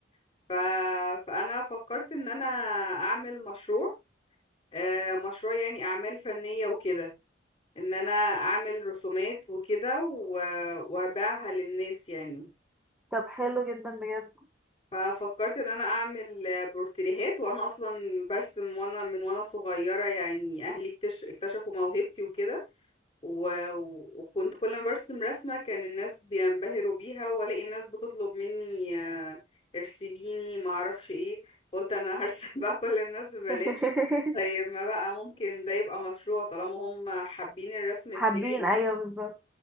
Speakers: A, on the left; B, in the centre.
A: ف... فانا فكرت ان انا اعمل مشروع آه، مشروع يعني اعمال فنية وكده ان انا اعمل رسومات وكده و... وابيعها للناس يعني
B: طب حلو جدا بجد
A: ففكرت ان انا اعمل آه، بورتريهات وانا اصلا برسم وانا من وانا صغيره يعني اهلي اكتش- اكتشفوا موهبتي وكده و... و- وكنت كل ما برسم رسمه كان الناس بينبهروا بيها والاقي الناس بتطلب مني آه، ارسميني ما اعرفش ايه فقلت انا هرسم <laughs> بقى كل الناس ببلاش
B: <laughs>
A: طيب ما بقى ممكن ده يبقى مشروع طالما هم حابين الرسم
B: حابين
A: بتاعي
B: ايوه بالظبط